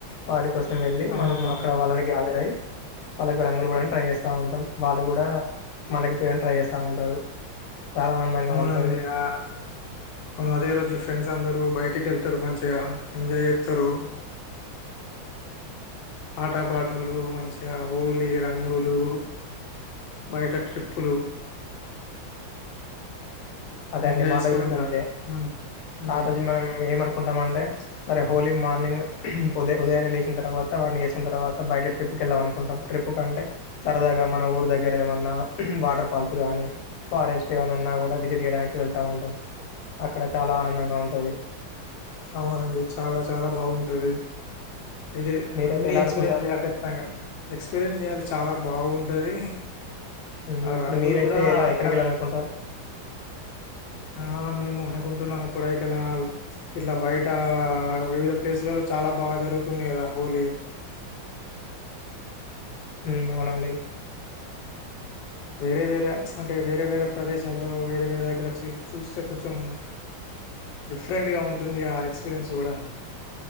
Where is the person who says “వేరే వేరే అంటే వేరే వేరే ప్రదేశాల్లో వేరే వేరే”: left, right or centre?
Left